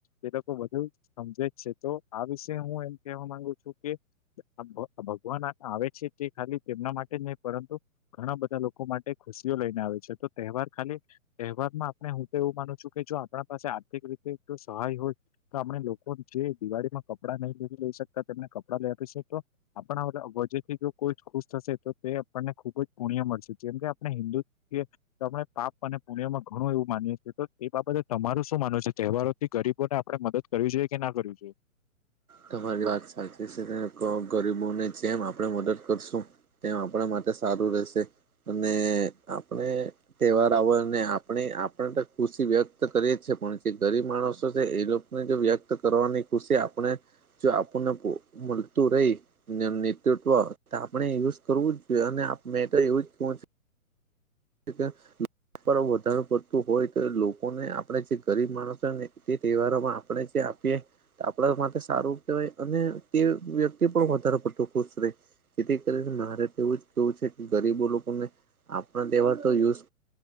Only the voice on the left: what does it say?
એ લોકો વધુ સમજે જ છે, તો આ વિશે હું એમ કેહેવા માંગુ છું કે કે અનભ ભગવાન આવે છે તે ખાલી તેમના માટે નહી પરંતુ ઘણા બધા લોકો માટે ખુશીઓ લઈને આવે છે, તો તહેવાર ખાલી તહેવારમાં આપણે હું તો એવું માનું છું કે જો આપણા પાસે આર્થિક રીતે જો સહાય હોય તો આપણે લોકો ને જે દિવાળી માં કપડા નહી <unintelligible> લઈ શકતા તેમને કપડાં લઈ આપીશુ કે આપણા વજે થી જો કોઈ જ ખુશ થશે તો તે- - આપણને ખુબ જ પુણ્ય મળશે જેમ કે આપણે હિન્દુ- - તમે પાપ અને પુણિયામાં ઘણું એવું માનીએ છીએ તો એ બાબતે તમારું શું માનો છો તહેવારો- - થી ગરીબો ને આપણે મદદ કરવી જોઈએ કે ના કરવી જોઈએ?